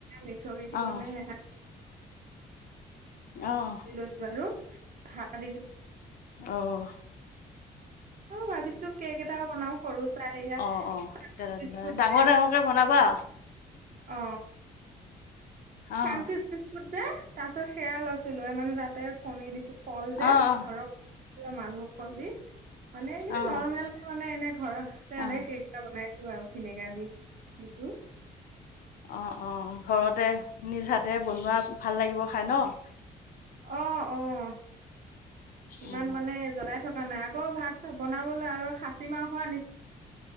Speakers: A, on the right (about 40°); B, on the left (about 45°).
A: মিঠৰি দি
B: অঁ
A: মানে
B: অঁ
A: লৈছো আৰু হাত
B: অহ।
A: <inaudible> অ ভাবিছো কেক এটাও বনাও সৰু চাইয়া
B: অঁ অঁ
A: <unintelligible>
B: তেলত
A: বিস্কুট
B: ডাঙৰ
A: যে।
B: ডাঙৰকৈ বনাবা
A: অ।
B: অঁ
A: চানকিচ্‌ বিস্কুট যে তাৰপিছত সেয়া লৈছিলো এ মানে তাতে কণী দিছো। কল যে
B: অঁ অঁ
A: ঘৰৰ মালভোগ কল দি মানে এনেই
B: অঁ
A: নৰ্মেলকে মানে, এনে ঘৰহ্‌তে এনেই
B: অঁ
A: কেক্‌ এটা বনাই ছো আৰু ভিনেগা দি দিছো।
B: অঁ, অঁ ঘৰতে, নিজ হাতেৰে বনোৱা ভাল লাগিব খাই ন'?
A: অঁ, অঁ ইমান
B: অ
A: মানে যতাই থ' কা নাই আকৌ ভাত- চাত বনাবলে আৰু খাচী মাংস আনি